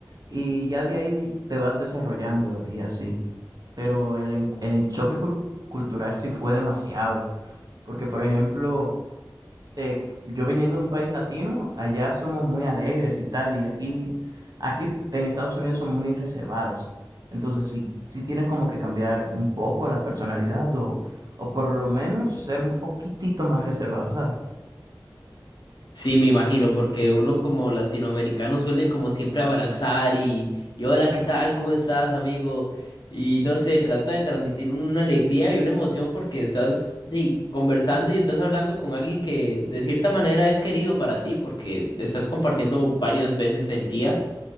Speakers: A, on the right; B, on the left.
A: y ya de ahí te vas desarrollando y así. pero el, en- el choque cul- cultural sí fue demasiado, porque por ejemplo, eh, yo viniendo de un país latino, allá somos muy alegres y tal, y aquí, aquí en Estados Unidos son muy reservados, entonces sí, sí tienes como que cambiar un poco la personalidad o, o por lo menos ser un poquitito más reservado, ¿sabes?
B: Sí, me imagino, porque uno como latinoamericano suele como siempre abrazar y, y hola, ¿qué tal? ¿Cómo estás, amigo? Y no sé, trata de transmitir una alegría y una emoción porque estás de- conversando y estás hablando con alguien que de cierta manera es querido para ti porque estás compartiendo varias veces el día.